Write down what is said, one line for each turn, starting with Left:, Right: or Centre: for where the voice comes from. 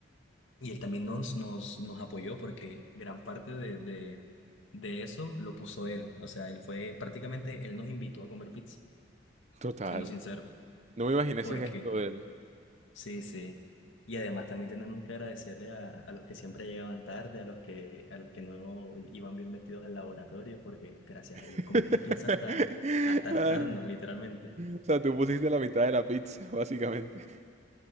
Left: Y él también nos, nos, nos apoyó porque gran parte de, de, de eso lo puso él. O sea, él fue prácticamente, él nos invitó a comer pizza,
Right: Total.
Left: siendo sincero,
Right: No me imaginé
Left: porque
Right: ese gesto de él.
Left: Sí, sí. Y además también tenemos que agradecerle a, a los que siempre llegaban tarde, a los que, a los que no iban bien vestidos al laboratorio, porque gracias
Right: <laughs>
Left: a ellos comimos pizza hasta, hasta hartarnos,
Right: Ah,
Left: literalmente.
Right: O sea, tú pusiste la mitad de la pizza, básicamente. <laughs>